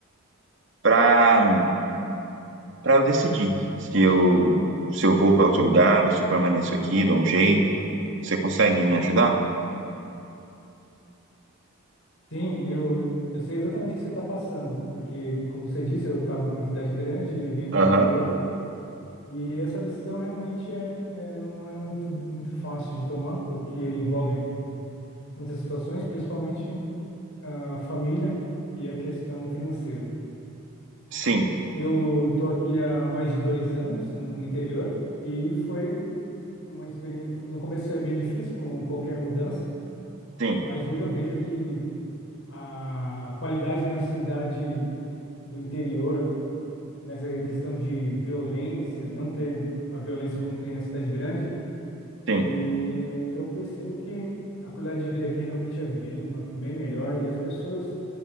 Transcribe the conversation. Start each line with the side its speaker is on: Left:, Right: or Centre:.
Right: para para eu decidir se eu se eu vou para outro lugar ou se eu permaneço aqui, dou um jeito. Você consegue me ajudar?
Left: Sim, eu, eu sei exatamente o que você está passando, porque, como você disse, eu estava numa cidade grande e vim para
Right: Aham.
Left: o interior, e essa decisão realmente é, é- não é muito, muito fácil de tomar, porque envolve muitas situações, principalmente a família e a questão financeira.
Right: Sim,
Left: Eu tô aqui há mais de dois anos no, no interior e foi uma experiência. No começo é bem difícil, como qualquer mudança,
Right: sim,
Left: Mas hoje eu vejo que a qualidade na cidade do interior, nessa questão de violência, não ter a violência como tem a cidade grande,
Right: sim.
Left: e eu percebo que a qualidade de vida aqui realmente é bem, ma- bem melhor e as pessoas,